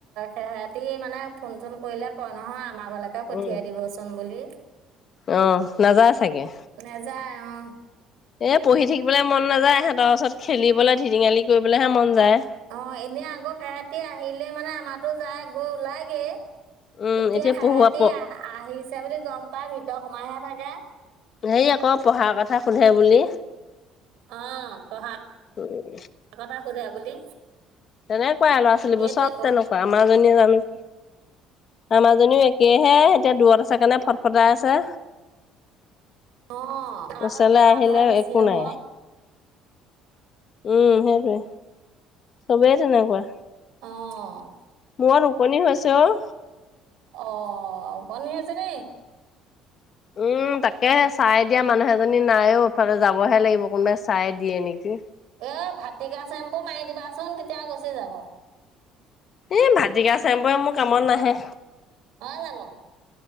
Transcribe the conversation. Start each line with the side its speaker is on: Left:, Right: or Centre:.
Right: সেহেতি মানে ফোন চোন কৰিলে ক নহয়, আমাৰ ঘৰলৈকে পঠিয়াই
Left: উম
Right: দিবচোন বুলি
Left: অ', নাযায় চাগে
Right: নেযায় অ
Left: এ পঢ়ি থাকিবলৈ মন নাযায়, সিহঁতৰ ওচৰত খেলিবলৈ ধিটিঙালি কৰিবলৈহে মন যায়
Right: অ', এনে আগৰ সেহতি আহিলে মানে, আমাৰো যায় গৈ ওলাইগে
Left: উম
Right: এতিয়া সেহতি
Left: পঢ়োৱা প
Right: আহ আহিছে বুলি গম পাই ভিতৰত সোমাইহে ভাগে
Left: হেৰি আকৌ, পঢ়াৰ কথা সোধে বুলি
Right: অ', পঢ়া
Left: উম
Right: কথা সোধে বুলি
Left: তেনেকুৱাই ল'ৰা ছোৱালীবোৰ,
Right: সেইটোৱে
Left: চব
Right: পঢ়ো
Left: তেনেকুৱা, আমাৰজনীয়ে জানে আমাৰাজনীও একেহে, এতিয়া দূুৱৰত আছে কাৰণে ফট ফটাই আছে
Right: অ', খেলাখন
Left: ওচৰলৈ
Right: খেলাটোহে
Left: আহিলে
Right: বেছি
Left: একো
Right: হব
Left: নাই উম, সেইটোৱে চবেই তেনেকুৱা
Right: অ'
Left: মুৰত ওকনি হৈছো অ',
Right: অ', কনি হৈছে ন
Left: উম, তাকে চাই দিয়া মানুহ এজনী নাইও, ইফালে যাবহে লাগিব কোনোবাই চাই দিয়ে নেকি
Right: এ ভাটিকা চেম্পু মাৰি দিবাচোন তেতিয়া গুচি যাব
Left: এই ভাটিকা চেম্পুয়ে মোৰ কামত নাহে
Right: অ', জানো